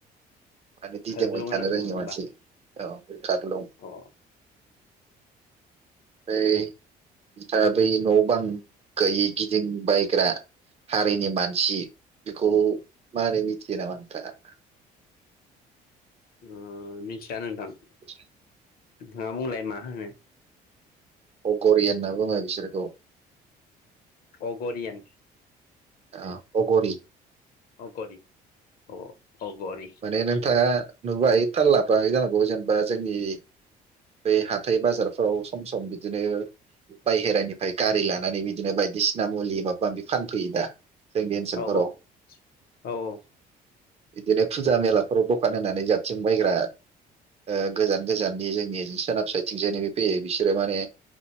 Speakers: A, on the right; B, on the left.
A: मानो दिदोमबाय
B: खारग्लुं
A: थानो
B: होनना बुङो
A: रोङि
B: होमबा
A: मानसि, औ खारलुं।
B: अ ओ
A: ऐ, बिथा बै न' बां गैयि गि दिं बाय ग्रा। हारिनि मानसि, बेखौ मारै मिथियो नामा नोंथाङा?
B: ओ म, मिथिया नोंथां।
A: मोथिदों।
B: नोंथाङा बुंलाय मा होनो?
A: अक'रिय न होनना बुङो बिसोरखौ।
B: अगरियान
A: आ अग'रि।
B: अ ग' रि अ। अगरि
A: माने नोंथाङा नुथाय, थाल लाफ्लाङाखै जानांगौ जेनेबा जोंनि, बे हाथाय बाजार फ्राव सम सम बिदिनो। बायहेरानिफाय गारि लानानै बिदिनो बायदिसिना, मुलि माबा-माबि फानफैयो दा। जोंनि ओनसोलफोराव
B: ओ अ, औ -औ।
A: एदिनो फुजा मेलाफ्राव दखान होनानै जाबथिं बायग्रा। ओ गोजान गोजाननि जोंनि सोनाब साथिंजाय फैयो। बिसोरो माने,